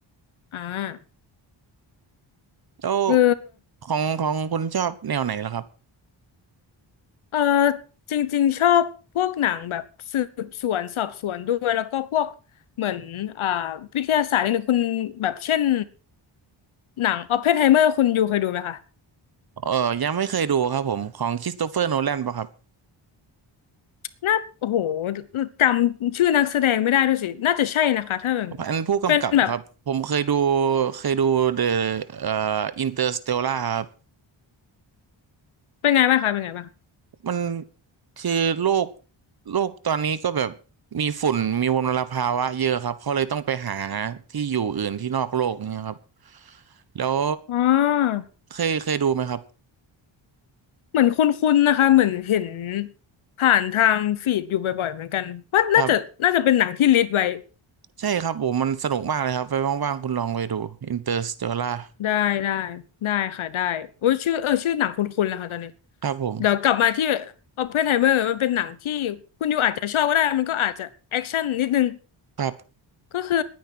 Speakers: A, on the left; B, on the right.
A: อ่า
B: แล้ว
A: คือ
B: ของของคุณชอบแนวไหนล่ะครับ
A: เออจริงๆชอบพวกหนังแบบสืบสวนสอบสวนด้วยแล้วก็พวกเหมือนอ่าวิทยาศาสตร์นิดนึงคุณแบบเช่นหนังออปเพนไฮเมอร์คุณยูเคยดูไหมคะ
B: เออยังไม่เคยดูครับผมของคริสโตเฟอร์โนแลนป่ะครับ
A: น่าโอ้โหจำชื่อนักแสดงไม่ได้ด้วยสิน่าจะใช่นะคะถ้าแบบนี้เป็นแบบ
B: อันผู้กำกับครับผมเคยดูเคยดูเดอะเอ่ออินเตอร์สเตลครับ
A: เป็นไงบ้างคะเป็นไงบ้างคะ
B: มันคือโลกโลกตอนนี้ก็แบบมีฝุ่นมีมลภาวะเยอะครับเขาเลยต้องไปหาที่อยู่อื่นที่นอกโลกเนี่ยครับแล้ว
A: อ๋อ
B: เคยเคยดูไหมครับ
A: เหมือนคุ้นๆนะคะเหมือนเห็นผ่านทางฟีดอยู่บ่อยๆเหมือนกันว่าน่าจะน่าจะเป็นหนังที่ลิสต์ไว้
B: ครับใช่ครับผมมันสนุกมากเลยครับไปว่างๆคุณลองไปดู Interstellar
A: ได้ได้ได้ค่ะได้โอ้ยชื่อเออชื่อหนังคุ้นๆแล้วค่ะตอนนี้
B: ครับผม
A: เดี๋ยวกลับมาที่ Oppenheimer มันเป็นหนังที่คุณยูอาจจะชอบก็ได้มันก็อาจจะแอคชั่นนิดนึง
B: ครับ
A: ก็คือ